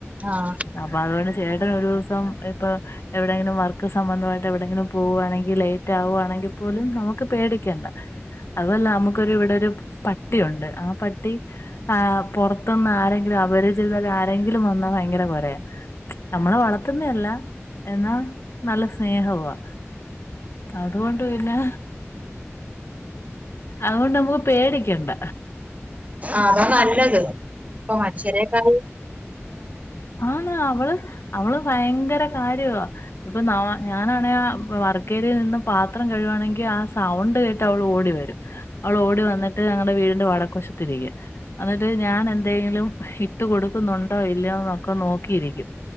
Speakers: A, on the right (about 30°); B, on the left (about 60°).
A: ആഹ!
B: അപ്പൊ അതുകൊണ്ട് ചേട്ടൻ ഒരൂസം ഇപ്പൊ എവിടെയെങ്കിലും വർക്ക് സംബന്ധമായിട്ട് എവിടെയെങ്കിലും പോവുവാണെങ്കിൽ ലേറ്റ് ആകുവാണെങ്കിൽ പോലും നമുക്ക് പേടിക്കേണ്ട അതൊല്ല നമുക്കൊരു ഇവിടെ ഒരു പട്ടിയുണ്ട് ആ പട്ടി ആ പൊറുത്തന്ന് ആരെങ്കിലും അപരിചിതര് ആരെങ്കിലും വന്നാ ഭയങ്കര കുരെ നമ്മളെ വളർത്തുന്നെ അല്ല എന്ന നല്ല സ്നേഹവാ അതുകൊണ്ട് പിന്നെ അതുകൊണ്ട് നമ്മക് പ് പേടിക്കണ്ട
A: അതാ നല്ലത്! ! ഇപ്പൊ മനുഷ്യരെക്കായി-
B: ആന്ന്‌ അവള് അവള് ഭയങ്കര കാര്യാ ഇപ്പൊ ന- ഞാനാണെ ആ വർക്കേരിയിൽ നിന്ന് പാത്രം കഴിയുവാണെങ്കിൽ ആ സൗണ്ട് കേട്ട് അവൾ ഓടി വരും. അവൾ ഓടി വന്നിട്ട് ഞങ്ങടെ വീടിന്റെ വടക്ക വശത്തിരിക്കും എന്നിട്ട് ഞാൻ എൻ - എന്തെങ്കിലും ഇട്ട് കൊടുക്കുന്നുണ്ടോ ഇല്ലയോ എന്നൊക്കെ നോക്കിയിരിക്കും.